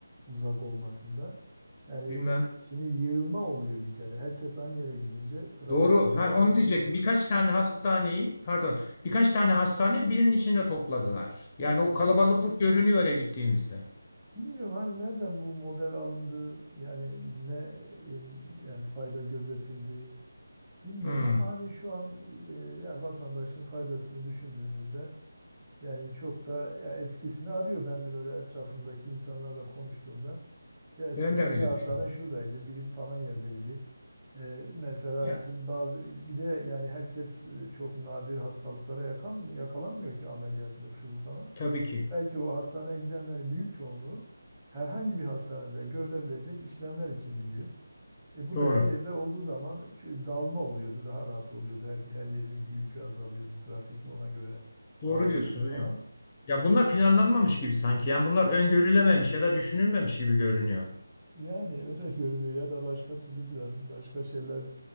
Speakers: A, on the right (about 20°); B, on the left (about 25°).
A: uzak olmasında. Yani
B: bilmem.
A: şimdi yığılma oluyor bir kere. Herkes aynı yere gidince trafikte
B: Doğru.
A: yığılma
B: Ha, onu
A: oluyor.
B: diyecektim. Birkaç tane hastaneyi, pardon, birkaç tane hastane birinin içinde topladılar. Yani o kalabalıklık
A: Evet.
B: görünüyor oraya gittiğimizde.
A: Bilmiyorum hani nereden bu model alındı yani ne em, yani fayda gözetildi bilmiyorum
B: Hmm,
A: ama hani şu an e, yani vatandaşın faydasını düşündüğümüzde yani çok da ya eskisini arıyor. Ben de böyle etrafımdaki insanlarla konuştuğumda ya eskiden
B: ben de öyle
A: bir hastane
B: düşünüyorum.
A: şuradaydı, biri falan yerdeydi. E, mesela
B: Ya,
A: siz bazı bir de yani herkes e, çok nadir hastalıklara yakan, yakalanmıyor ki ameliyatlık şu bu falan.
B: tabii ki.
A: Belki o hastaneye gidenlerin büyük çoğunluğu herhangi bir hastanede görülebilecek işlemler için gidiyor. E bu
B: Doğru.
A: da her yerde olduğu zaman çü- dağılma oluyordu, daha rahat oluyordu. Her, her yerin yükü azalıyordu, trafik ona göre
B: Doğru
A: dağılıyordu
B: diyorsunuz
A: falan.
B: hocam. Ya
A: E,
B: bunlar planlanmamış gibi sanki. Yani bunlar öngörülememiş ya da düşünülmemiş gibi görünüyor.
A: yani <laughs> öyle görünüyor ya da başka türlü plan, başka şeyler